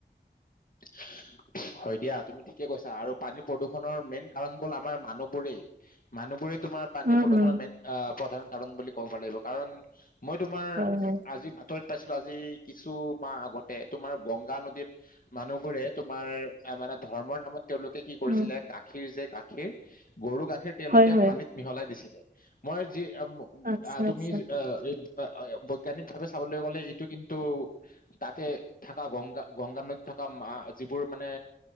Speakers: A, on the left; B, on the right.
A: <unintelligible> হয় দিয়া তুমি ঠিকে কৈছা, আৰু পানী প্ৰদূষণৰ মেইন কাৰণ হ'ল আমাৰ মানুহবোৰেই। মানুহবোৰে তোমাৰ পানী
B: উম,
A: প্ৰদূষণৰ
B: উম,
A: মেইন আহ প্ৰধান কাৰণ বুলি ক'ব লাগিব, কাৰণ মই তোমাৰ
B: হয়, হয়।
A: আজি বাটইট পাইছিলো, আজি কিছু মাহ আগতে তোমাৰ গংগা নদীত মানুহবোৰে তোমাৰ, আ মানে ধৰ্মৰ নামত তেওঁলোকে কি কৰিছিলে,
B: উম,
A: গাখীৰ যে গা খীৰ, গৰু গাখীৰ তেওঁলোকে
B: হয়, হয়,
A: পানীত মিহলাই দিছিলে, মই যি আম
B: আচ্ছা,
A: আহ তুমি,
B: আচ্ছা,
A: যি এ এই আ অয় অ বৈজ্ঞানিকভাৱে চাবলৈ গ'লে, এইটো কিন্তু তাতে থাকা গংগা, গংগা নৈ থকা মা যিবোৰ মানে,